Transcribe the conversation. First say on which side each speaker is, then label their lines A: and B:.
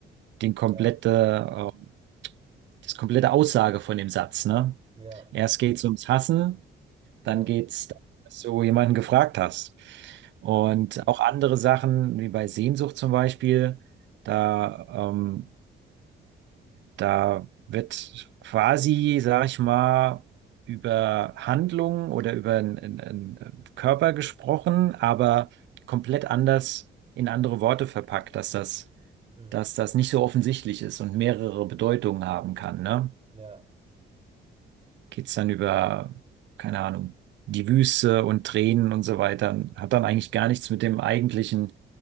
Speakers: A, on the right; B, on the right.
A: den komplette,
B: ja,
A: ähm, das komplette Aussage von dem Satz, ne?
B: ja,
A: Erst geht's ums Hassen.
B: ja,
A: Dann geht's, dass du jemanden gefragt hast.
B: ja,
A: Und auch andere Sachen, wie bei Sehnsucht zum Beispiel, da, ähm, da wird quasi, sag ich mal, über Handlungen oder über einen Körper gesprochen, aber komplett anders in andere Worte verpackt, dass das,
B: mm,
A: dass das nicht so offensichtlich ist und mehrere Bedeutungen haben kann, ne?
B: ja,
A: geht's dann über, keine Ahnung, die Wüste und Tränen und so weiter. Hat dann
B: mm,
A: eigentlich gar nichts mit dem eigentlichen,